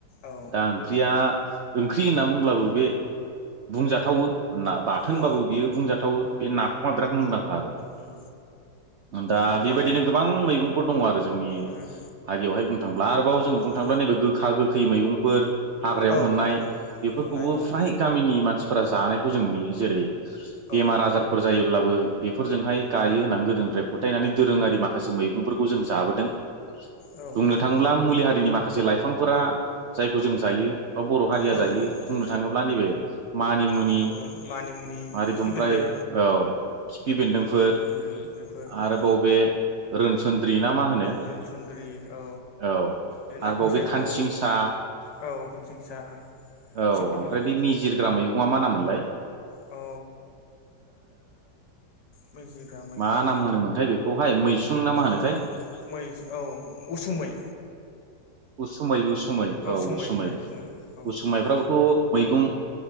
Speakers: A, on the left; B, on the right.
A: औ
B: दा ओंख्रिया ओंख्रि होनना बुंब्लाबो बे बुंजाथावो। ना बाथोन हनबाबो
A: औ
B: बियो बुंजाथावो बे नाफामा बिराद मुंदांखा आरो।
A: उम
B: दा
A: उम
B: बेबायदिनो
A: ना
B: गोबां मैगंफोर दङ आरो जोंनि
A: उम
B: हारियावहाय बुं थांब्ला आरोबाव जोङो बुं
A: औ
B: थांब्ला नैबे गोखा गोखैै मैगंफोर हाग्रायाव
A: औ
B: मोननाय
A: नोंथां
B: बेफोरख
A: मोननाय
B: फ्राय
A: औ
B: गामनि मानसिफोरा जानायखौ जों नुयो जेरै
A: औ
B: बेमार आजारफोर जायोब ब्लाबो बेफोरजोंहाय गायो होननानै गोदोनिफ्राय फोथायनानै दोरोङारि माखासे मैगंफोरखौ जों जाबोदों।
A: औ नोंथां
B: बुंनो थाङोब्ला मुलि हारिनि माखासे लाइफांफोरा जायखौ जों जायो बा बर' हारिया
A: औ
B: जायो
A: नोंथां
B: बुंनो थाङोब्ला नैबे मानिमुनि
A: जेनेबा मानिमुनि
B: आरो
A: खिफि
B: बमफ्राय
A: बेन्दों
B: औ। खिफिबेन्दोंफोर
A: खिफि बेन्दों बेफोर
B: आरो
A: औ
B: बाव बे रोनसोन्द्रि ना मा होनो
A: रोनसुन्द्रि औ
B: औ
A: बिदिनो लाफा
B: आरोबाव बे
A: सायख'
B: खानसिंसा
A: औ खानसिंसा
B: औ
A: खिफि
B: ओमफ्राय
A: बेन
B: बे मिजिरग्रा मैगंआ मा नामोनलाय?
A: अ मिजिग्रा मैगं
B: मा नाम होनोमोनथाय बेखौहाय मैसुं ना मा होनोथाय?
A: औ मै औ उसुमै
B: उसुमै उसुमै औ
A: सुमै
B: उसुमै
A: होननानै
B: उसु
A: बुङो औ
B: उसुमायफ्राबोथ'
A: बर'आव
B: मैगं